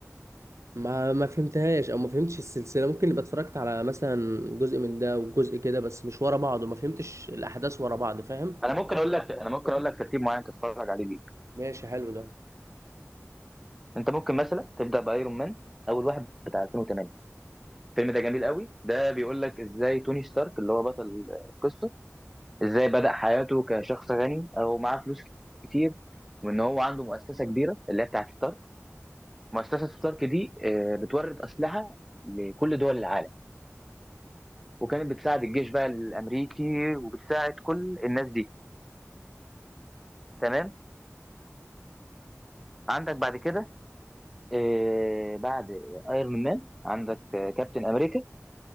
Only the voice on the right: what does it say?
ما ما فهمتهاش او ما فهمتش السلسله ممكن يبقى اتفرجت على مثلا جزء من ده وجزء كده بس مش ورا بعض وما فهمتش الاحداث ورا بعض فاهم
ماشي حلو ده